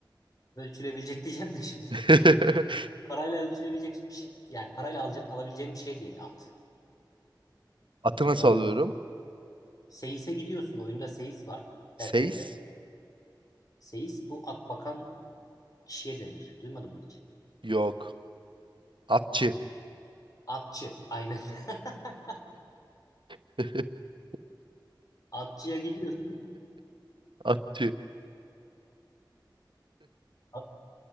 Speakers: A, on the left (about 45°); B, on the right (about 85°).
A: ölçülebilecek <laughs> diyeceğim de şimdi.
B: <laughs>
A: <laughs> Parayla ölçülebilecek bir şey yani parayla alca- alabileceğim bir şey değil at.
B: Atı nasıl
A: Oyun
B: alıyorum?
A: Seyis'e gidiyorsun. Oyunda Seyis var
B: Seis?
A: her köyde. Seyis bu at bakan kişiye denir. Duymadın mı hiç?
B: Yok. Atçı.
A: Atçı aynen. <laughs>
B: <laughs>
A: Atçıya gidiyorsun.
B: Atçı.
A: At-